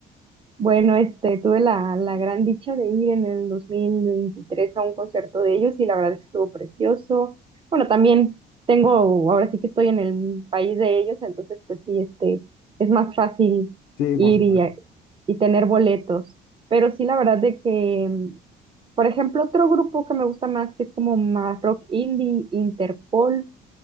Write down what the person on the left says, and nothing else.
Sí,
por supuesto.